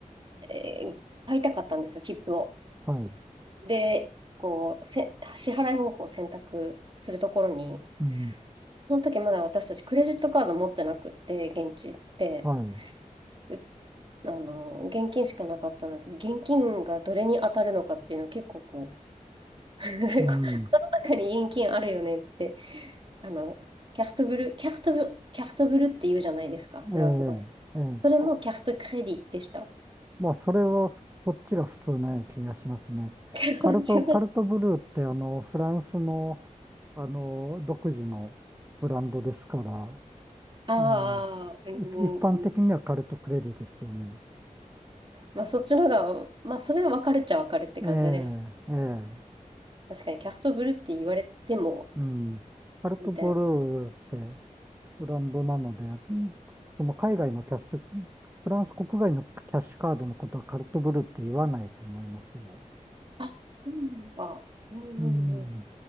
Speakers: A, on the right; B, on the right.
A: えー買いたかったんですよ、切符を。
B: はい、
A: で、こう、せ、支払い方法を選択するところに、
B: うん、
A: その時まだ私たちクレジットカード持ってなくって、現地って、
B: はい、
A: うあの、現金しかなかったので、現金がどれに当たるのかっていうのを結構こう、<laughs>
B: うん、
A: この中に現金あるよねって、あの、キャフトブル、キャフトブ、キャフトブルって言うじゃないですか、フランス語で。
B: ええ、ええ。
A: それもキャフトクレディでした。
B: まあ、それは、そっちが普通な気がしますね。
A: <laughs>
B: カルト、
A: そっちの、
B: カルトブルーって、あの、フランスの、あの、独自のブランドですから、
A: ああ、
B: うん、
A: うん、
B: い一般的にはカルトクレディですよね。
A: うんまあそっちのが、まあそれは分かるっちゃ分かるって感じです。
B: ええ、ええ、
A: 確かにキャフトブルって言われても、
B: うん。カルトブルーって、
A: みたいな。
B: ブランドなので、その海外のキャッシュ、フランス国外のキャッシュカードのことはカルトブルーって言わないと思いますよ。
A: あ、そうなのか。うんうんう
B: うん。